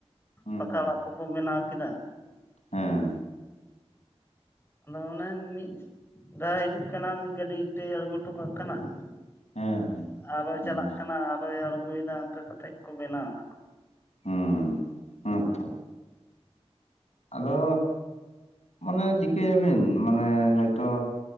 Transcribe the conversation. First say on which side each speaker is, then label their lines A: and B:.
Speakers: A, on the left; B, on the left.
A: ᱦᱩᱸ
B: ᱯᱟᱠᱟ
A: ᱦᱩᱸ
B: ᱚᱲᱟᱜ ᱠᱚᱠᱚ ᱵᱮᱱᱟᱣ ᱠᱮᱫᱟ
A: ᱦᱮᱸ
B: ᱟᱫᱚ ᱚᱱᱮ ᱢᱤᱫ ᱫᱷᱟᱨ ᱦᱤᱡᱩᱜ ᱠᱟᱱᱟ ᱢᱤᱫ ᱜᱟᱹᱰᱤ ᱤᱴᱟᱹᱭ ᱟᱬᱜᱚ ᱦᱚᱴᱚ ᱠᱟᱜ ᱠᱟᱱᱟ ᱾
A: ᱦᱮᱸ ᱦᱮᱸ
B: ᱟᱨᱚᱭ
A: ᱦᱩᱸ
B: ᱪᱟᱞᱟᱜ ᱠᱟᱱᱟ ᱟᱨᱚᱭ ᱟᱬᱜᱚᱭᱮᱫᱟ ᱚᱱᱠᱟ ᱠᱟᱛᱮᱫ ᱠᱚ ᱵᱮᱱᱟᱣᱫᱟ ᱾
A: ᱦᱩᱸ ᱦᱮᱸ ᱛᱚ ᱾ ᱟᱫᱚ ᱢᱟᱱᱮ ᱪᱤᱠᱟᱹᱭᱟᱵᱤᱱ ᱢᱟᱱᱮ ᱦᱚᱭᱛᱚᱼᱼ